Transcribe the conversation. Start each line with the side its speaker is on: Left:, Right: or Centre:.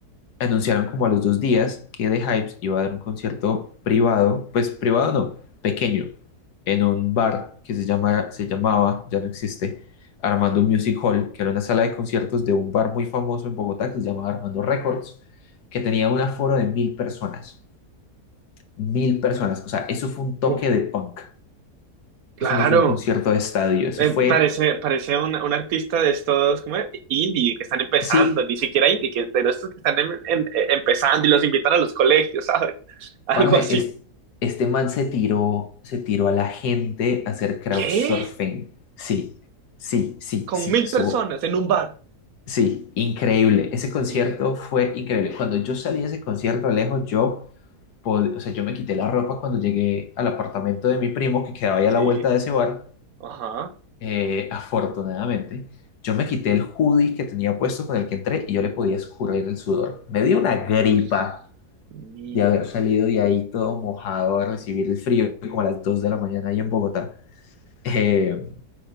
Left: anunciaron como a los dos días que The Hypes iba a dar un concierto privado, pues privado no, pequeño, en un bar que se llama, se llamaba, ya no existe, Armando Music Hall, que era una sala de conciertos de un bar muy famoso en Bogotá que se llamaba Armando Records, que tenía un aforo de mil personas mil personas. O sea, eso fue un toque
Right: Uf,
Left: de punk.
Right: claro.
Left: Eso no fue un concierto de estadio. Eso
Right: Eh,
Left: fue,
Right: parece, parece un, un artista de estos como indie que están empezando,
Left: sí,
Right: ni siquiera indie, que de estos que están em- em- eh, empezando y los invitan a los colegios, ¿sabes? <laughs> Algo
Left: parce,
Right: así.
Left: es- este man se tiró, se tiró a la gente a hacer crowdsurfing.
Right: ¿Qué?
Left: Sí, sí, sí,
Right: Con
Left: sí,
Right: mil
Left: estuvo,
Right: personas en un bar.
Left: sí, increíble. Ese concierto
Right: Dios
Left: fue increíble.
Right: mío.
Left: Cuando yo salí de ese concierto, Alejo, yo, pod- o sea, yo me quité la ropa cuando llegué al apartamento de mi primo que quedaba ahí a
Right: Sí,
Left: la vuelta de ese bar.
Right: ajá.
Left: Eh, afortunadamente, yo me quité el hoodie que tenía puesto con el que entré y yo le podía escurrir el sudor. Me dio una gripa
Right: Dios mío.
Left: de haber salido de ahí todo mojado a recibir el frío como a las 2 de la mañana ahí en Bogotá. Eh,